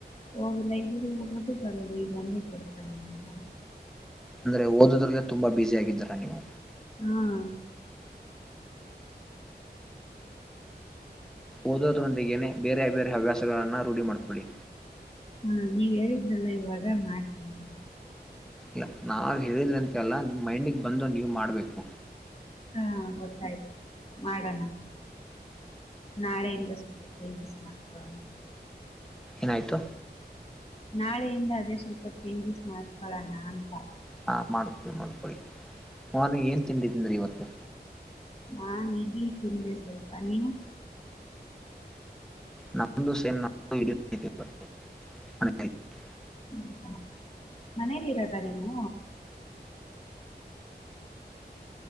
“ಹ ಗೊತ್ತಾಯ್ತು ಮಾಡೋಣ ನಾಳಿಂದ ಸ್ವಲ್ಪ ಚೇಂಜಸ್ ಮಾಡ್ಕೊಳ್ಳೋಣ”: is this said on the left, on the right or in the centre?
Left